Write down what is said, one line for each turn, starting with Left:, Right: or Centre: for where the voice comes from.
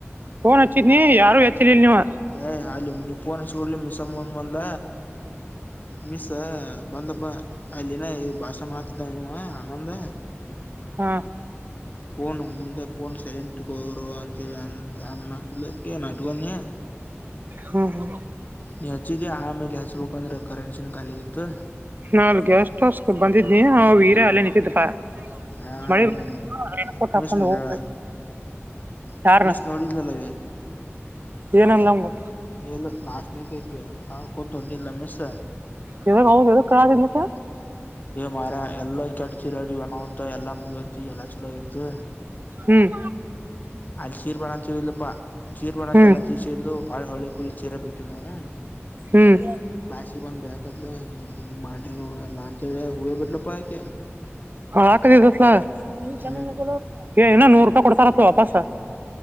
Right: ಫೋನ್ ಹಚ್ಚಿದ್ನಿ ಯಾರು ಎತ್ತಲಿಲ್ಲ ನೀವು.
Left: ನ ಅಲೆ ನೀವ್ ಪೋನ ಹಚ್ಚಿದ ಕೂಡಲೇ ಮೀಸಂಬ ಬಂದಲ ಮಿಸ್ ಬಂದಲಪ್ಪ ಅಲ್ಲಿನ ಈ ಭಾಷಣ ಮಾಡ್ತತಿದ್ದ ಇವಾ ಆನಂದ
Right: ಹ್ಮ
Left: ಫೋನ್ ಮುಂದ ಫೋನ್ ಸೈಲೆಂಟ್ರು ಇಟಕೋರಿವ ಅಂತೇಳಿ ಅಂತ ಅನ್ನತಿದಲ್ ಅಕಿ ನಾ ಇಟಕೊಂಡೇನ
Right: ಹ್ಮ್ ಹ್ಮ
Left: ನಿ ಹಚ್ಚಿದಿ ಆಮೇಲ್ ಹಚ್ಬೇಕಂದ್ರೆ ಕರೆನ್ಸಿ ನೋ ಖಾಲಿಯಾಗಿತ್ತು.
Right: ನಾಲ್ ಗೆಸ್ಟ್ ಹೌಸ್ ಬಂದಿದ್ನಿ ಅವ ವೀರ್ಯ ಅಲ್ಲೇ ನಿಂತಿದಪ್ಪಾ.
Left: ಹಾ
Right: ಮಳಿ
Left: ಅವನ್
Right: ರೇನಕೋಟ ಹಾಕೊಂಡು
Left: ಮಿಸ್ ನೋಡ್ಯಾಳ
Right: ಹೋಗಬೇಕಾಗಿತ್ತು. ಯಾರನ
Left: ಮಿಸ್ ನೋಡಿದ್ಲಲ್ಲ
Right: ಏನಂದಲ್ಲ ಅವಂಗ
Left: ನೀಲ್ಲ ಲಾಸ್ಟ್ ನೆಕ್ ಐತಿ ನಳ್ಳಕೊಂತ ಹೊಂಟೀದ್ಲು ಮಿಸ್.
Right: ಯದಕ್ ಹೌದ್ ಎದಕ್ ಅಳತಿದಲ್ ಪಾ
Left: ಮಾರ ಎಲ್ಲ ಕೆಟ್ಟ ಚಿರಾಡಿ ಬನತ ಎಲ್ಲಾ ಮುಗತಿ ಎಲ್ಲಾ ಚಲೋ ತ್ತು
Right: ಹ್ಮ್
Left: ಅಲ್ಲಿ ಚೀರ್ಬಾಡ ಅಂತ ಹೇಳಿದಳ ಚೀರ್ ಬ್ಯಾಡ ಅಂತ
Right: ಹ್ಮ್
Left: ಎಲ್ಲಾ ತಿಳಿಸಿ ಹೇಳಿದ್ಲು ವಳ ಹಕಳ್ಳ ಚೀರ ಬಿಟ್ಟವಿ ನಾವು
Right: ಹ್ಮ್
Left: ಕ್ಲಾಸಿಗೆ ಬಂದ ಭಯಕತ್ಲು ಹಿಂಗ್ ಮಾಡ್ರಿ ನೀವೆಲ್ಲ ಹೇ ಹೋಗೆ ಬಿಟಲ ಪಾ ಅಕಿ
Right: ಅಳಕತ್ತಿ ದೋಸ್ತ <unintelligible>
Left: ಹ್ಮ್
Right: ಏ ಏನೋ ನೂರು ರೂಪಾಯಿ ಕೊಡ್ತಾರತ್ ವಾಪಸ್